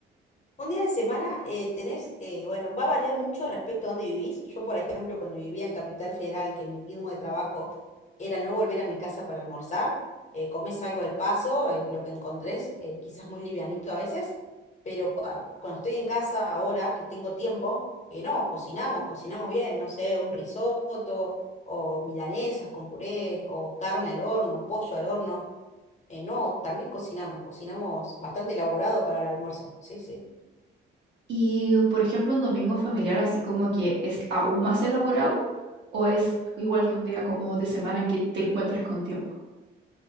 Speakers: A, on the left; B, on the right.
A: Un día de semana eh, tenés, eh, bueno, va a variar mucho respecto a dónde vivís. Yo, por ejemplo, cuando vivía en Capital Federal, que mi ritmo de trabajo era no volver a mi casa para almorzar, eh, comés algo al paso, eh, lo que encontrés, eh, quizás muy livianito a veces, pero cua- cuando estoy en casa ahora, que tengo tiempo, eh, no, cocinamos, cocinamos bien, no sé, un risotto o milanesas con puré o carne al horno, pollo al horno. Eh, no, también cocinamos, cocinamos bastante elaborado para el almuerzo, sí, sí.
B: Y, por ejemplo, un domingo familiar así como que es aún más elaborado o es igual que un día como de semana en que te encuentres con tiempo.